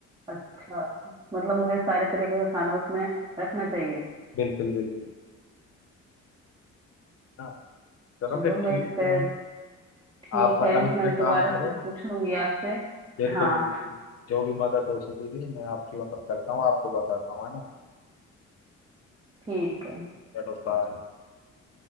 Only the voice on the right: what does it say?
अच्छा मतलब मुझे सारे तरीके का खाना उसमें रखना चाहिए
चलो
मैं
इस पे
ठीक
है
मैं
दोबारा
से पूछूंगी आपसे
हाँ
ठीक है